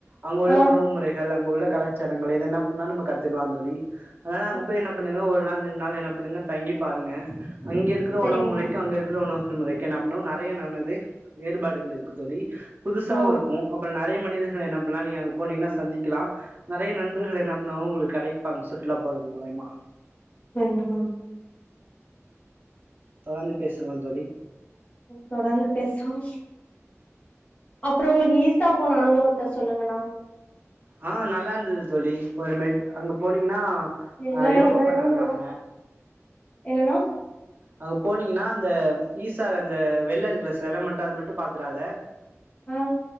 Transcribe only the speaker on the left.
ஆ
அ
சரிங்கண்ணா
ஓ
சரிங்கணா
தொடர்ந்து பேசும் அப்றோ உங்களுக்கு ஈசா போன அனுபவத்த சொல்லுங்கணா
எல்லா
என்னன்ணா
ஆ